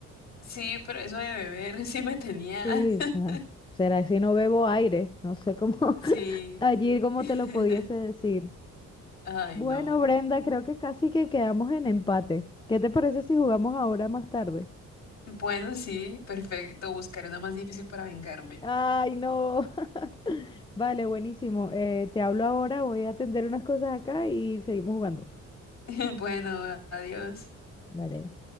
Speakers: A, on the left; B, on the left.
A: Sí, pero eso de beber <laughs> sí me tenía.
B: Sí,
A: <laughs>
B: o sea, será si no bebo aire. No sé cómo, <laughs>
A: Sí.
B: allí cómo
A: <laughs>
B: te lo pudiese decir.
A: Ay,
B: Bueno,
A: no.
B: Brenda, creo que casi que quedamos en empate. ¿Qué te parece si jugamos ahora más tarde?
A: Bueno, sí, perfecto. Buscaré una más difícil para vengarme.
B: Ay, no. <laughs> Vale, buenísimo. Eh, te hablo ahora, voy a atender unas cosas acá y seguimos jugando.
A: <laughs> Bueno, adiós.
B: Vale.